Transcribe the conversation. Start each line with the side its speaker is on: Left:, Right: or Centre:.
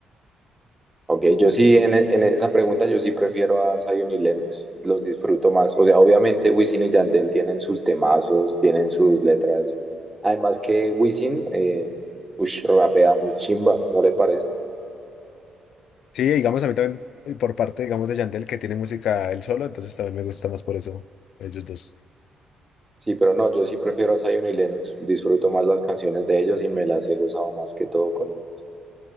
Right: Ok, yo sí, en, e- en esa pregunta yo sí prefiero a Zion y Lennox, los disfruto más. O sea, obviamente Wisin y Yandel tienen sus temazos, tienen sus letras. Además que Wisin, eh, ush, rapea muy chimba, ¿no le parece?
Left: Sí, digamos, a mí también, y por parte, digamos, de Yandel, que tiene música él solo, entonces también me gusta más por eso, ellos dos.
Right: Sí, pero no, yo sí prefiero a Zion y Lennox, disfruto más las canciones de ellos y me las he gozado más que todo con ellos.